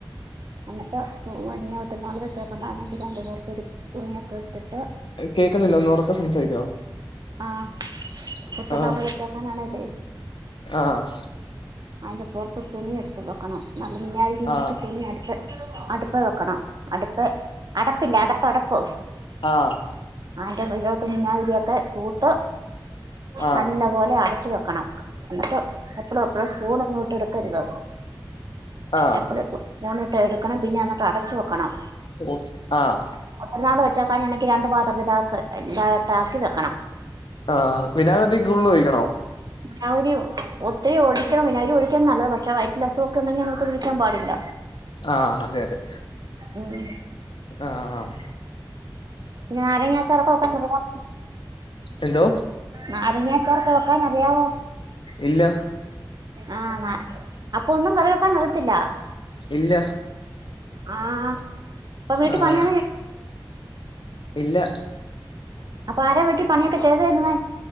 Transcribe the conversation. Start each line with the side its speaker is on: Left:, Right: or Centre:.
Right: അന്നിട്ട് <unintelligible> മറ്റനാള് <unintelligible> ആണെങ്കില് അയിന്റെ പൊറ്ത്തൊരു തുണിയൊക്കെ ഇട്ട്ട്ട്
Left: ഏയ് കേക്കുന്നില്ല ഒന്ന് ഒറക്കെ സംസാരിക്ക്യോ
Right: ആഹ് ഒത്തിരിനാള്
Left: ആഹ്
Right: വെച്ചേക്കാനാണേല്ലേ
Left: ആഹ്
Right: അയിന്റെ പൊറത്ത് തുണി എട്ത്ത് വെക്കണം നല്ല മിനാഗിരി
Left: ആഹ്
Right: മുക്കി തുണി അട്ത്ത് അടു പ്പ് വെക്കണം അട്പ്പ് അടപ്പില്ലെ അടപ്പ് അട പ്പ്
Left: ആഹ്
Right: ആയിന്റെ വെര്യോത്ത്ന്ന് <unintelligible> തൂത്ത്
Left: ആഹ്
Right: നല്ല പോലെ അടച്ചു വെക്കണം എന്നിട്ട് എപ്പളും എ പ്പഴും സ്പൂണൊന്നും ഇട്ട് എട്ക്കരുത്
Left: ആഹ്
Right: എപ്പോഴും സ്പൂണ് എടുക്കണം പിന്നെ എന്നിട്ട് അടച്ചു വെക്കണം
Left: ആഹ് ആഹ്
Right: ഒറ്റനാള് വെച്ചക്കാ എനിക്ക് രണ്ട പാത്രത്തില ഇതായിട്ട ആക്കി വെക്കണം
Left: ആ വിനാഗതിക്കുള്ളിൽ ഒഴിക്കണോ
Right: ഞ ഒരു ഒത്തിരി ഓടി വിനാഗിരി ഒഴിക്കൻ നല്ല പക്ഷേ വയറ്റിന് അസുകം ഒക്കെ ഉണ്ടെങ്കിൽ അതിനക്കത്ത് ഒഴിക്കൻ പാടില്ല
Left: ആഹ് അതെ അതെ
Right: ഉം
Left: ആഹ് ആഹ്
Right: നാരങ്ങ അച്ചാർ ഒക്കെ നോക്കാ <unintelligible>
Left: എന്തോ
Right: നാരങ്ങാ അച്ചാറൊക്കെ വെക്കാൻ അറിയാവോ?
Left: ഇല്ല
Right: ആഹ് അപ്പൊ ഒന്നും കറ കൊടുത്തില്ല
Left: ഇല്ല
Right: ആ ഇപ്പൊ വീട്ട
Left: ആഹ്
Right: പണിയെ
Left: ഇല്ല
Right: അപ്പൊ ആര വീട്ടി പണിയൊക്കെ ചെയ്ത് തരുന്ന